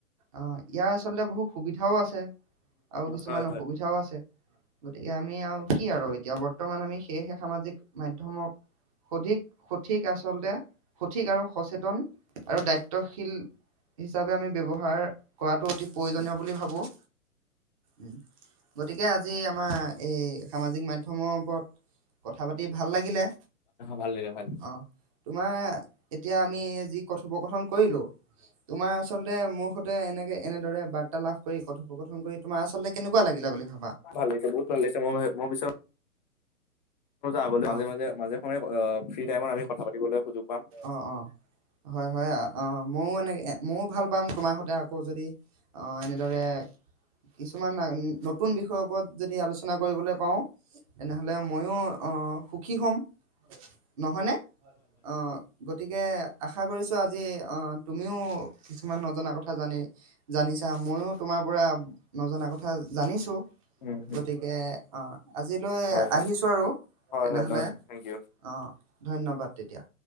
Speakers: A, on the right (about 25°); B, on the left (about 35°).
A: অঁ ইয়াৰ আচলতে বহুত সুবিধাওঁ আছে আৰু কিছুমান
B: হয়, হয়,
A: অসুবিধাওঁ আছে গতিকে আমি আৰু কি আৰু এতিয়া বৰ্তমান আমি সেয়েহে সামাজিক মাধ্যমৰ মাধ্যমক অধিক সঠিক আচলতে সঠিক আৰু সচেতন আৰু দায়িত্ব। শীল হিচাপে আমি ব্যৱহাৰ কৰাটো অতি প্ৰয়োজনীয় বুলি ভাবো। উম গতিকে আজি আমাৰ এই সামাজিক মাধ্যমৰ ওপৰত কথা পাতি ভাল লাগিলে।
B: ভাল লাগিলে ভাল।
A: অঁ ', তোমাৰ এতিয়া আমি যি কথোপকথন কৰিলো তোমাৰ আচলতে দে মোৰ। মুঠতে এনেকৈ এনেদৰে বাৰ্তালাপ। কৰি কথোপকথন কৰি তোমাৰ আচলতে কেনেকুৱা লাগিলে বুলি ভাব হয়।
B: ভাল লাগিছে বহুত ভাল লাগিছে মই মানে আগ মাজে-
A: অ
B: মাজে মাজে সময়ে ফ্ৰী টাইমত আমি কথা পাতিবলৈ সুযোগ পাম।
A: অ অ হয় -হয় অ ' ময়ো মানে ময়ো ভাল পাম তোমাৰ সতৈ আকৌ যদি অঁ 'এনেদৰে কিছুমান নতুন বিষয়ৰ ওপৰত যদি আলোচনা কৰিবলৈ পাওঁ তেনেহলে ময়ো অঁ' সুখী হ'ম নহয়নে? অঁ' গতিকে আশা কৰিছোঁ আজি তুমিও। কিছুমান নজনা কথা জানি জানিছা ময়ো। তোমাৰ পৰা নজনা কথা জানিছো।
B: উম, উম,
A: গতিকে অঁ'। আজিলৈ
B: হয়, হয়।
A: আহিছো আৰু।
B: হয়
A: তেনেহলে
B: হ-য় দ থেংক ইউ।
A: আহ ধন্যবাদ তেতিয়া।